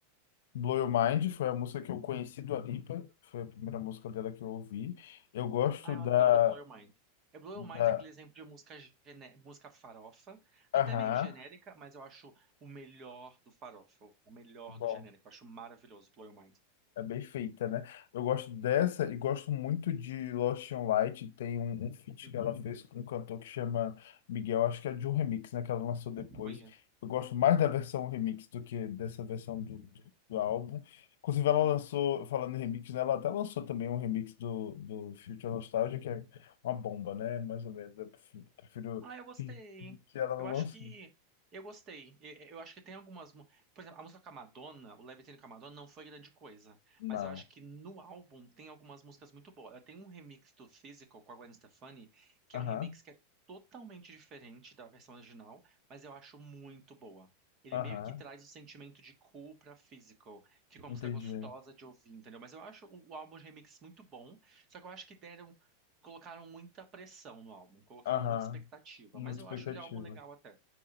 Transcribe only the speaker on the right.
Ah, eu
adoro Blow Your Mind. É Blow
Your Mind é aquele exemplo de música, gené- música farofa, até
meio genérica, mas eu acho o melhor do farofa, o melhor
do genérico. Eu acho maravilhoso Blow Your Mind.
Uhum,
conheço.
Uhum.
Ah, eu gostei.
Eu acho
que eu gostei. E- e- Eu acho que tem algumas, mu- por exemplo, a música com a Madonna, o Levitating com a Madonna não foi grande coisa,
mas eu acho que no álbum tem algumas músicas muito boas. Ela Tem um remix do Physical com a Gwen Stefani, que
é um remix que é totalmente diferente da versão original, mas eu acho muito boa. Ele
meio que traz o sentimento de cool pra Physical. Fica uma
música gostosa de ouvir, entendeu? Mas eu acho o o álbum de remix muito bom, só que eu acho que deram colocaram muita pressão no álbum, colocaram
muita expectativa,
mas eu
acho ele álbum legal até.